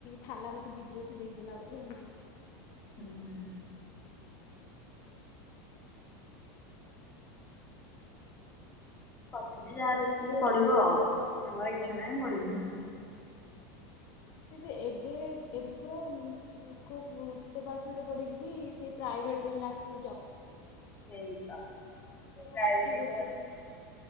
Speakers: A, on the left; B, on the left.
A: ଥାଲା ପତି <unintelligible> ଦେଖିଦେଲା ବୋଧେ ଆଉ।
B: ହୁଁ। ହୁଁ କରିଛନ୍ତିି ଯାହାର ଇଚ୍ଛା ସେ ପଢିବ ଆଉ, ଆମର ଇଚ୍ଛା ନାହିଁ ଆମେ ପଢିବୁନି।
A: କିନ୍ତୁ ଏବେ ଏବେ ପୁରା ଉ ଲୋକ ଏତେ ପାଠ ସାଠ ପଢିକି ବି, ସେଇ ପ୍ରାଇଭେଟରେ ଲାଷ୍ଟ କୁ ଜବ୍ କରୁ
B: ସେ ପ୍ରାଇ
A: ଆଣ୍ଟି ଗୋଟେ